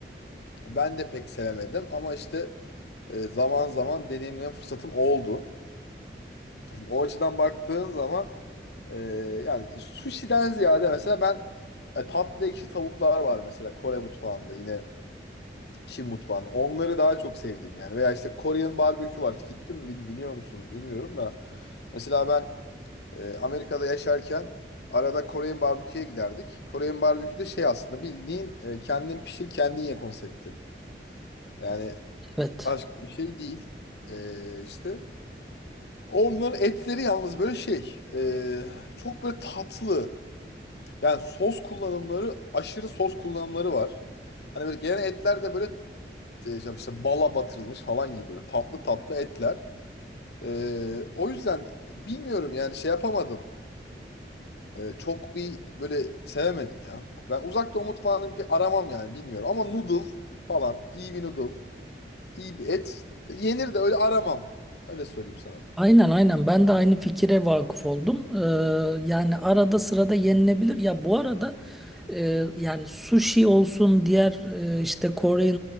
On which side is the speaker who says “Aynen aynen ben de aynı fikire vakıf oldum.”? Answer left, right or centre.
Centre